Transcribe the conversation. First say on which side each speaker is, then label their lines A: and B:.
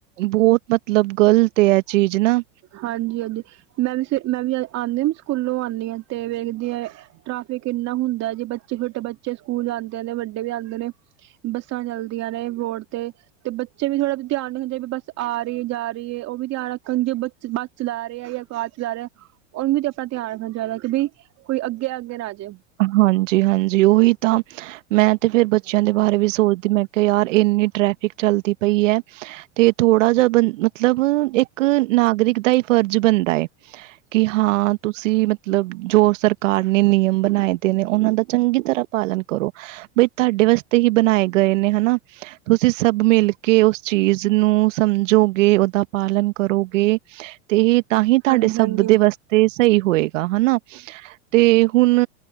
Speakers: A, on the right; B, on the right.
A: ਬਹੁਤ ਮਤਲਬ ਗਲਤ ਏ, ਐਹ ਚੀਜ਼ ਨਾ।
B: ਹਾਂਜੀ-ਹਾਂਜੀ ਮੈਂ ਵੀ, ਮੈਂ ਵੀ ਆਂਨੀ ਆ ਨਾ, ਸਕੂਲੋਂ ਆਨੀਂ ਆ ਤੇ ਵੇਖਦੀ ਆ ਟ੍ਰੈਫਿਕ ਇੰਨਾ ਹੁੰਦਾ। ਜੇ ਬੱਚੇ ਛੋਟੇ ਬੱਚੇ ਸਕੂਲ ਆਦੇ ਨੇ, ਵੱਡੇ ਵੀ ਆਂਦੇ ਨੇ ਬੱਸਾਂ ਚਲਦੀਆਂ ਨੇ ਰੋਡ ਤੇ। ਤੇ ਬੱਚੇ ਵੀ ਥੋੜਾ ਧਿਆਨ ਨੀ ਹੁੰਦੇ, ਵੀ ਬੱਸ ਆ ਰਹੀ ਏ ਜਾ ਰਹੀ ਏ, ਉਹ ਵੀ ਧਿਆਨ ਰੱਖਣ। ਜੇ ਬੱਚ ਚਲਾ ਰਿਹਾ ਜਾਂ ਕਾਰ ਚਲਾ ਰਿਹਾ। ਉਹਨੂੰ ਵੀ ਤੇ ਆਪਣਾ ਧਿਆਨ ਰੱਖਣਾ ਚਾਹੀਦਾ, ਕਿ ਬਈ ਕੋਈ ਅੱਗੇ ਆ ਅੱਗੇ ਨਾ ਆਜੇ।
A: ਹਾਂਜੀ-ਹਾਂਜੀ, ਉਹੀ ਤਾਂ ਮੈਂ ਤੇ ਫੇਰ ਬੱਚਿਆਂ ਦੇ ਬਾਰੇ ਵੀ ਸੋਚਦੀ, ਮੈਂ ਕਿ ਯਾਰ ਏਂਨੀ ਟ੍ਰੈਫਿਕ ਚੱਲਦੀ ਪਈ ਐ ਤੇ ਥੋੜ੍ਹਾ ਜਿਹਾ ਬੰ ਮਤਲਬ ਇੱਕ ਨਾਗਰਿਕ ਦਾ ਈ ਫਰਜ਼ ਬਣਦਾ ਏ ਕਿ ਹਾਂ ਤੁਸੀਂ ਮਤਲਬ ਜੋ ਸਰ ਕਾਰ ਨੇ ਨਿਯਮ ਬਣਾਏ ਦੇ ਨੇ, ਉਹਨਾਂ ਦਾ ਚੰਗੀ ਤਰ੍ਹਾਂ ਪਾਲਣ ਕਰੋ। ਬਈ, ਤਾਹਡੇ ਵਾਸਤੇ ਹੀ ਬਣਾਏ ਗਏ ਨੇ ਹਨਾ। ਤੁਸੀਂ ਸਭ ਮਿਲ ਕੇ ਉਸ ਚੀਜ਼ ਨੂੰ ਸਮਝੋਗੇ, ਓਦਾ ਪਾਲਣ ਕਰੋਗੇ ਤੇ ਇਹ ਤਾਂ ਹੀ ਤੁਹਾਡੇ
B: ਹਾਂਜੀ
A: ਸਭ
B: ਹਾਂਜੀ
A: ਦੇ ਵਸ ਤੇ ਸਹੀ ਹੋਏਗਾ ਹਨਾ। ਤੇ ਹੁਣ